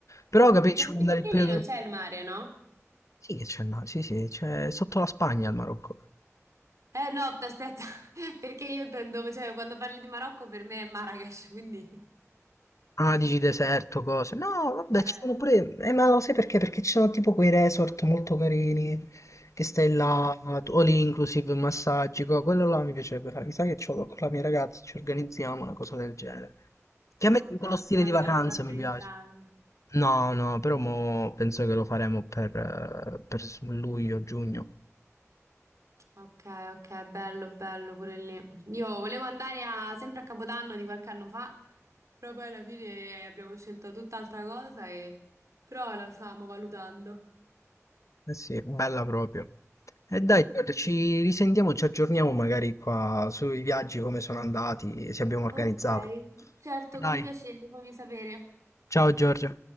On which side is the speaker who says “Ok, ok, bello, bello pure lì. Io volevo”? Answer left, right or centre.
Right